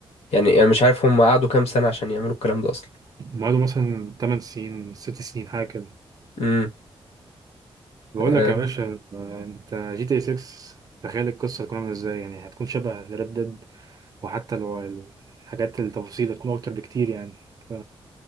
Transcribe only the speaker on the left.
يعني انا مش عارف هم قعدوا كام سنة عشان يعملوا الكلام ده اصلا
امم
آه.